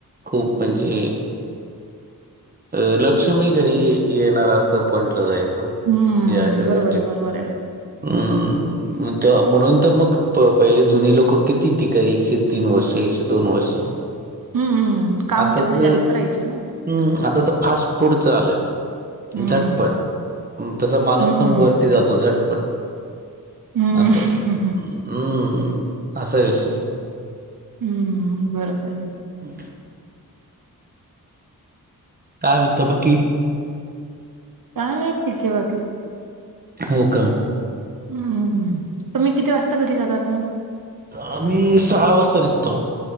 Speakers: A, on the right; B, on the right.
A: खूप म्हणजे अ लक्ष्मी घरी येणार असं म्हंटलं जाईल.
B: हम्म.
A: या अशा
B: बरोबर
A: गोष्टीम
B: आहे, बरोबर आहे.
A: हम त्या म्हणून तर मग प पहिले जुनी लोक किती टिके एकशे तीन वर्ष एकशे दोन वर्ष.
B: हम्म. हम्म. काम
A: आता
B: तेवढे
A: तर
B: जास्त राहायचे ना.
A: हम् आता तर फास्ट फूडच आलय.
B: हम्म.
A: झटपट तस माणूस
B: हम्म.
A: पण वरती जातो झटपट.
B: हम्
A: असं
B: ह
A: असतं.
B: ह.
A: हम्म असा विषय.
B: हम्म बरोबर आहे.
A: <inaudible> काय उचापती.
B: तान ह शिकिवा
A: हो का.
B: हम हमम, तुम्ही किती वाजता घरी जातात मग?
A: तर मी सहा वाजता निघतो